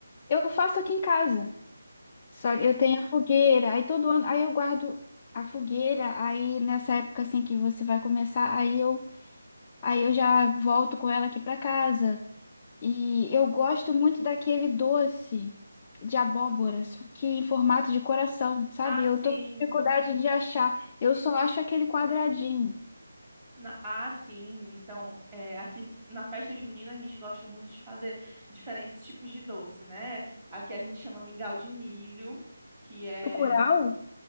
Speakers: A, on the left (about 15°); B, on the right (about 15°).
A: Eu faço aqui em casa. Só
B: Pois,
A: que eu tenho a fogueira, aí todo ano, aí eu guardo a fogueira, aí nessa época assim que você vai começar, aí eu, aí eu já volto com ela aqui pra casa. E eu gosto muito daquele doce de abóbora,
B: Ah,
A: só que em formato de coração, sabe?
B: ah,
A: Eu
B: sim.
A: tô com dificuldade de achar. Eu só acho aquele quadradinho.
B: Na- ah, sim. Então, é, aqui t- na festa junina a gente gosta muito de fazer diferentes tipos de doce, né? Aqui a gente chama mingau de milho, que é.
A: O curau?